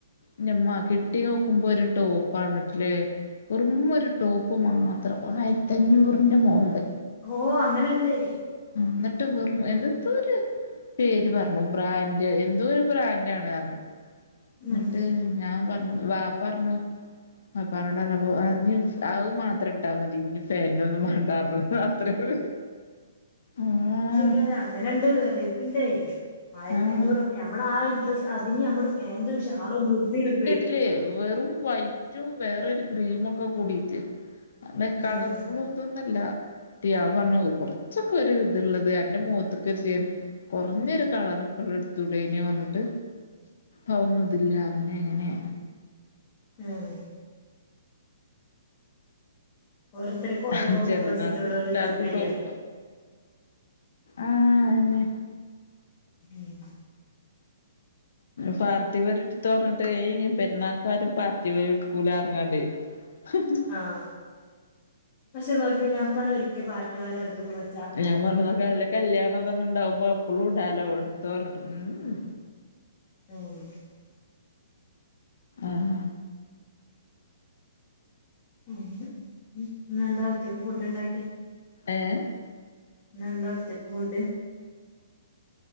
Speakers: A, on the left (about 65°); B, on the left (about 35°).
A: ഇന്നമ്മാ. കിട്ടിയൊ.. ക്കുമ്പോ. ഒരു ടോപ്പാണിട്ടില്.. വെറും. ഒരു ടോപ്പ് മാത്രം. ഒന്ന അ യിരത്തി അഞ്ഞൂറിന്റെ. മോള്..
B: ഓഹ് അങ്ങനെണ്ട്.
A: ന്നട്ട് വെറും. എന്തത്തോരു. പേര് പർണു.. ബ്രാൻഡ് എന്തോ ഒരു ബ്രാൻണ്ടാണ്. അർണു..
B: ഉം
A: ന്നട്ട് ഞാൻ പർണു. വാപ്പ അർണു.. വാപ്പനോട് അർണപ്പൊ. അഹ് ഇഞ് അഹ് മാത്രം. ഇട്ടാ മതി. ഇനി ഫേന്റോന്നും. മണ്ടാർണു. അത്രക്ക് ആഹ്
B: രിയണ്. അങ്ങനെണ്ട് വെറൈറ്റിണ്ട്. ആയിരതഞ്ഞൂർപ്യാ.
A: ആഹ്
B: ഞമ്മളാഡ്രസ്സ്‌.. അയ്ന് നമ്മള് പാൻട്. ശാളും. ജുബ്ബി ടുകുയ്..
A: ല്ലെ വെറും വൈറ്റും വേറൊരു. ക്രീമൊക്കെ കൂടിട്ട്.. അന്ന്.
B: ആഹ്
A: കളർഫുളും. ഇതൊന്നുല്ല. ട്ടിയാൻ. പർണു കൊർ. ച്ചകൊരു. ഇത്ള്ളത്. അന്റെ മൊത്ത്ക്. എറ്റിത്.. കൊറഞ്ഞൊരു. കളറൊക്കെള്ള. എടുത്തുടനോ. അർണിട്ട്.. അവോന്ന്തില്ല. അങ്ങനെ അങ്ങനെ..
B: ആഹ് ഓരോരുത്തർക്കും ഓരോ
A: ഹ്ഹ്. ചെറിയന്നാക്.
B: ഡ്രസ്സിനോട്
A: പിന്നെ
B: ഒരു
A: എല്ലാർക്കും.
B: താല്പര്യ
A: ടോപ്പ.. ആഹ്. അയന്നേ..
B: ഉം
A: പാർട്ടിവെർ. ഇട്ത്തോ. അർണിട്ട്. ഏഹേ. പെരുന്നക്കാരും. പാർട്ടിവെർ. ടുക്കൂലർണികാണ്ട്.. <unintelligible>
B: ആഹ്. പഷേ. നോക്കി നമ്മളോരിക്കെ. പാർട്ടി വേയറടുത്ത്ക് ണ്...
A: ഞാൻ പർണു. ക്കെല്ല കല്യാണതൊ ണ്ടാവുമ്പോ. എപ്പളും ഇടാലോ. ടുത്തോരണ്ട്. മ് ഹ്ഹ്..
B: <inaudible>
A: ആഹ്..
B: മ്ഹ്. ഇന്ന്. എന്താ ഉച്ചക്ക് ഫുഡ്ണ്ടാക്കി..
A: ഏഹ്..
B: ഇന്നന്താ. ഉച്ചക്ക് ഫുഡ്..